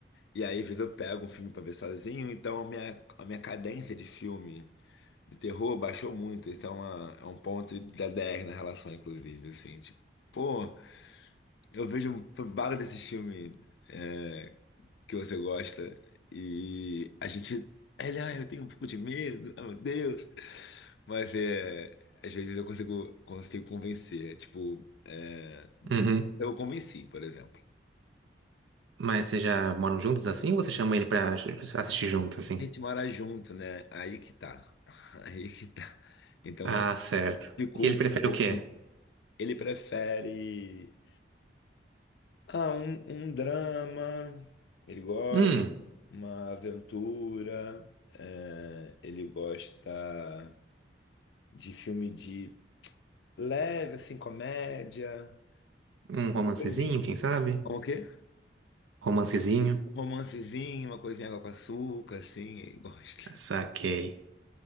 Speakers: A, on the left (about 70°); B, on the right (about 80°).
A: E aí, às vezes eu pego um filme pra ver sozinho, então a minha, a minha cadência de filme de terror baixou muito. Isso é, uma- é um ponto da 10 na relação, inclusive, assim, tipo, pô, eu vejo t- vários desses filmes é, que você gosta e a gente, ele, ah, eu tenho um pouco de medo, ah, meu Deus. Mas é, às vezes eu consigo, consigo convencer, tipo, é,
B: uhum.
A: eu convenci, por exemplo.
B: Mas vocês já moram juntos assim ou você chama ele pra ju- assistir junto, assim?
A: A gente mora junto, né? Aí que tá. <laughs> Aí que tá. Então,
B: Ah, certo.
A: dificulta
B: E ele prefere
A: um pouco.
B: o quê?
A: assim, Ele prefere ah, um, um drama, ele gosta,
B: Hum,
A: uma aventura, é, ele gosta de filme de leve, assim, comédia.
B: um romancezinho,
A: Coisinha.
B: quem sabe?
A: Como o quê?
B: Romancezinho.
A: Um romancezinho, uma coisinha água com açúcar, assim, ele gosta.
B: Saquei.